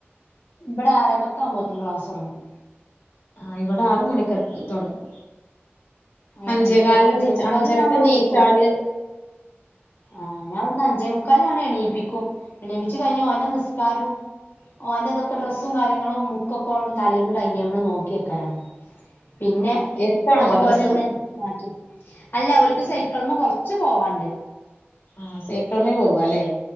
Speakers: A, on the left; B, on the left.
A: ഇവിടെ ആറേ പത്ത് ആവുമ്പഴുതേന് ക്ലാസ്സ് തോടങ്ങും
B: ആ ഇവിടെ ആറ് മണിക്ക് തൊടങ്ങും
A: ഏഹ്
B: അഞ്ചേകാലിന്
A: ഇവിടെ അഞ്ചേ
B: എണിച്ച
A: മുക്കാലിന്
B: അഞ്ചരക്ക്
A: ഞാൻ ഓനെ
B: എണിച്ചാല്
A: വിളിക്കും ആഹ് ഞാൻ ഇവിടുന്ന് അഞ്ചേമുക്കാലിന് അവനെ എണീപ്പിക്കും എണീപ്പിച്ച് കഴിഞ്ഞ് ഓന്റെ നിസ്കാരവും ഓന്റെ ഇതൊക്കെ ഡ്രസ്സും കാര്യങ്ങളും ബുക്കൊക്കെ ഓൻ തലേന്ന് ടൈംടേബിള് നോക്കി വെക്കലാണ് പിന്നെ
B: ആ എടുത്താണോ
A: അതുപോലെ
B: മദ്രസ്
A: തന്നെ മാറ്റ് അല്ല അവൾക്ക് സൈ ക്കിൾമേ കൊറച്ച് പോവാനുണ്ട്
B: ആ സൈക്കിളിമേ പോവാല്ലേ